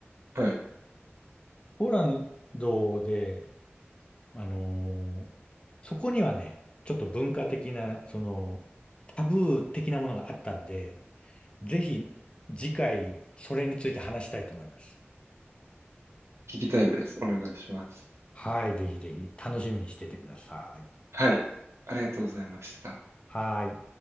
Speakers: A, on the right; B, on the left.
A: はい。
B: ポーランドで、あのーそこにはね、ちょっと文化的な、その、タブー的なものがあったんで、ぜひ次回、それについて話したいと思います。
A: 聞きたいです。お願いします。
B: はい、ぜひぜひ楽しみにしててください。
A: はい。ありがとうございました。
B: はい。